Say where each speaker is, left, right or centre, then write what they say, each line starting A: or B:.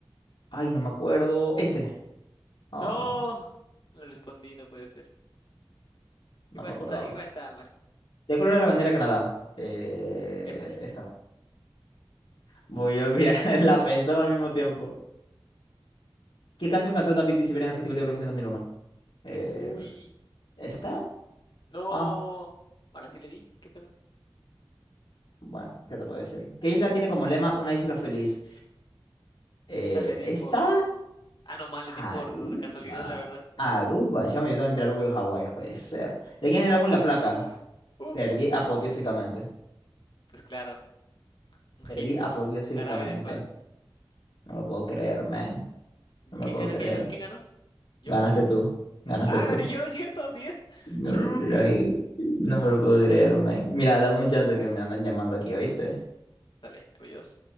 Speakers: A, on the left; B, on the left.
A: Ay, no me acuerdo. Este. Oh,
B: No, no respondí, no puede ser.
A: no
B: Igual
A: me acordaba.
B: está, igual estaba mal.
A: ¿De
B: Eh,
A: color es la bandera de Canadá? Eh,
B: Esta.
A: esta. Voy a olvidar. <laughs> La pensamos al mismo tiempo. ¿Qué canción cantó David Bisbal en el Festival de Eurovisión 2001? Eh,
B: Uy,
A: ¿esta?
B: no.
A: Ah,
B: Ahora sí le di, ¿qué pedo?
A: bueno, ¿qué te puedo decir? ¿Qué isla tiene como lema una isla feliz? Eh,
B: Esta le di
A: ¿esta?
B: por... Ah, no, mal,
A: Aruba.
B: le di por casualidad, la verdad.
A: Aruba. Chamo, yo tengo entre Aruba y Hawái, no puede ser. ¿De quién es el álbum La Flaca?
B: Uf, uf.
A: Perdí apoteósicamente.
B: Pues claro, un hit.
A: Perdí apoteósicamente.
B: Jarabe de palo.
A: No lo puedo creer, man. No me
B: ¿Quién
A: lo puedo
B: ganó?
A: creer.
B: ¿Quién, quién ganó? ¿Yo?
A: Ganaste tú. Ganaste
B: Ah,
A: tú.
B: gané yo, es cierto, 10.
A: No,
B: ¡Siu!
A: no, no me lo puedo creer, man. Mira, dame un chance que me andan llamando aquí, ¿oíste?
B: Dale, adiós.